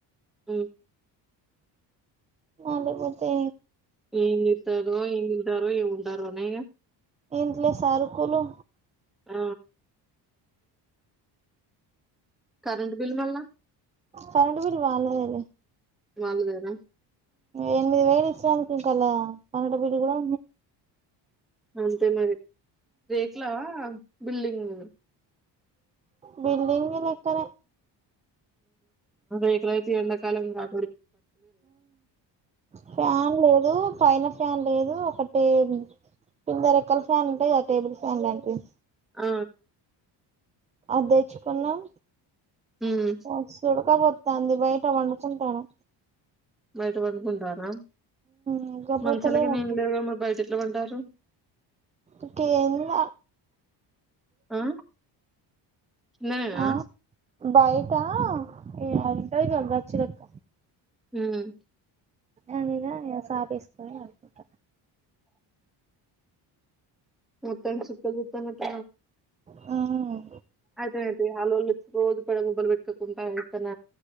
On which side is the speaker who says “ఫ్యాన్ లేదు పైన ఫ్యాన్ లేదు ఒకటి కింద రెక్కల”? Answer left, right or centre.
Right